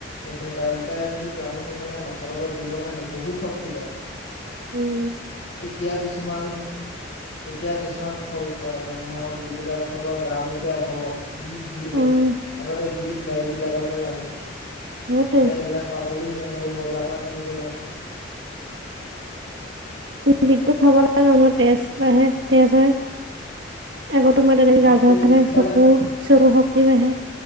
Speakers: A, on the left; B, on the right.
A: ভেদাইলতাই যদি তোৱা মাছৰ লগত জোল বনাই নয় বহুত শক্তি। তি বা। <unintelligible>
B: উম।
A: এতিয়া কিছুমান। এতিয়া কিছুমান ফল খুৱাই মানুহৰ যিবিলাক ফলৰ দাম এতিয়া অভগণ বিট বুলি
B: উম
A: কয়। আগতে বিট বাৰী বিলাকতে লাগে। এতিয়া
B: সেইটোৱে
A: সেইবিলাক পাবলৈ নাই সেইবোৰ বজাৰৰ পৰা কিনিব লাগে।
B: হয়। বিট বিটটো খাব লাগে মানুহ তেজ বাঢে তেজ হয়। আগত তোমাৰ তেনেকে
A: অ
B: গাল
A: সেই
B: ছাল ফাটে
A: বিধ খালে
B: চকু চকু শক্তি বাঢ়ে।